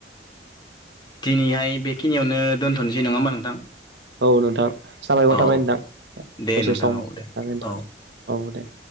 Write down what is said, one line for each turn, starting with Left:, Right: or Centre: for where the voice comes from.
Left: दिनैहाय बेखिनियावनो दोनथ'नोसै नङा होमबा नोंथां
Right: औ नोंथां साबायखर
Left: औ
Right: थाबाय नोंथां
Left: दे
Right: दसे
Left: नोंथां
Right: सम
Left: औ दे
Right: थाबायां
Left: औ
Right: औ दे